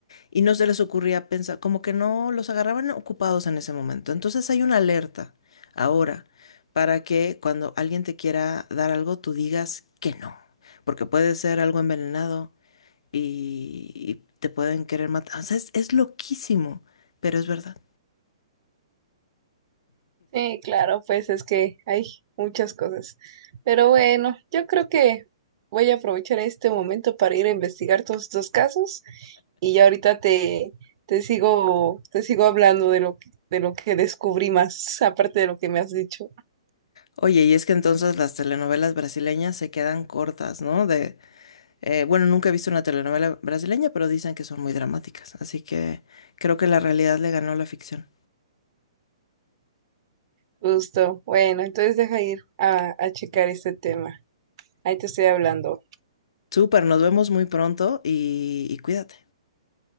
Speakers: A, on the left; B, on the right.
A: y no se les ocurría pensar, como que no los agarraban ocupados en ese momento. Entonces hay una alerta ahora para que cuando alguien te quiera dar algo, tú digas que no, porque puede ser algo envenenado y, y te pueden querer matar. O sea, es, es loquísimo, pero es verdad.
B: Sí, claro, pues es que hay muchas cosas. Pero bueno, yo creo que voy a aprovechar este momento para ir a investigar todos estos casos y ya ahorita te, te sigo, te sigo hablando de lo, que- de lo que descubrí más, <laughs> aparte de lo que me has dicho.
A: Oye, y es que entonces las telenovelas brasileñas se quedan cortas, ¿no? De, eh, bueno, nunca he visto una telenovela brasileña, pero dicen que son muy dramáticas, así que creo que la realidad le ganó a la ficción.
B: Justo. Bueno, entonces deja ir a, a checar este tema. Ahí te estoy hablando.
A: Súper, nos vemos muy pronto y, y cuídate.